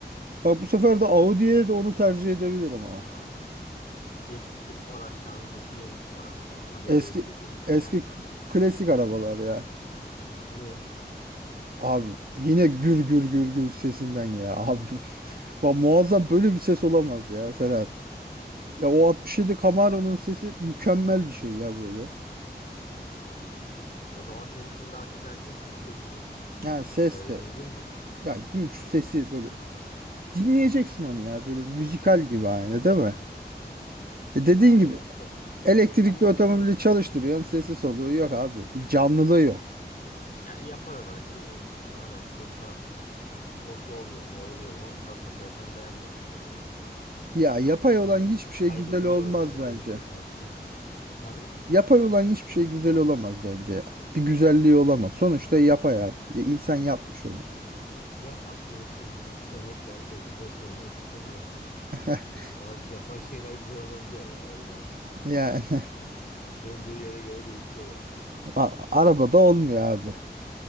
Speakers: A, on the right; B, on the left.
A: Bak bu sefer de Audi'ye
B: Ha,
A: de onu tercih edebilirim ama.
B: Eski tip araçlar mı peki yeni tip araçlar mı? Hadi
A: Eski
B: öyle bir de görüntünü
A: eski
B: tercihini
A: k-
B: sorayım.
A: klasik arabalar ya.
B: Niye?
A: Abi yine gür gür gür gür sesinden ya abi. <laughs> Bak muazzam böyle bir ses olamaz ya Serhat. Ya o 67 Camaro'nun sesi mükemmel bir şey ya böyle.
B: O zaman senin için daha çok her şey seste bitiyor.
A: Yani ses
B: Öyle
A: de
B: diyebilir miyiz?
A: ya güç sesi böyle dinleyeceksin onu ya böyle müzikal gibi aynı değil mi? E dediğin
B: Ya
A: gibi
B: evet.
A: elektrikli
B: Ama bak
A: otomobili
B: mesela
A: çalıştırıyorsun sesi soluğu yok abi. Bir canlılığı yok.
B: ya yapay olarak veriyor o ses sana da çok da hoş olmuyor mu oluyor mu? Tabii mesela sen beğenmiyorsun bu durumu.
A: Ya yapay
B: Ondan
A: olan hiçbir
B: saygı
A: şey güzel
B: duyuyorum
A: olmaz
B: yani
A: bence.
B: görüş ve tercihlerine. Efendim?
A: Yapay olan hiçbir şey güzel olamaz bence ya. Bir güzelliği olamaz. Sonuçta yapay abi. Ya insan yapmış onu.
B: Ya aklıma şimdi birkaç örnek geldi de burada söylemek istemiyorum.
A: <laughs>
B: Ee, bazı yapay şeyler güzel olabiliyor ya öyle deme.
A: Yani <laughs>
B: Bulunduğu yere göre değişiyor yani.
A: a- arabada olmuyor abi.